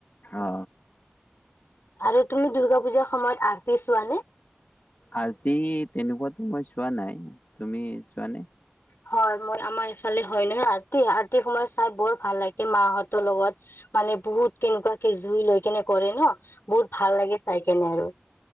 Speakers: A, on the left; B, on the left.
A: অ
B: আৰু তুমি দুৰ্গা পূজাৰ সময়ত। আৰতি চোৱা নে?
A: আৰতি তেনেকুৱাতো মই চোৱা নাই তুমি চোৱা নে?
B: হয় মই আমাৰ ইফালে হয় নহয় আৰতি। আৰতি সময় চাই বৰ ভাল লাগে মাহঁতৰ লগত মানে বহুত কেনেকুৱাকে জুই লৈ কেনে কৰে ন। বহুত ভাল লাগে। চাই কেনে আৰু।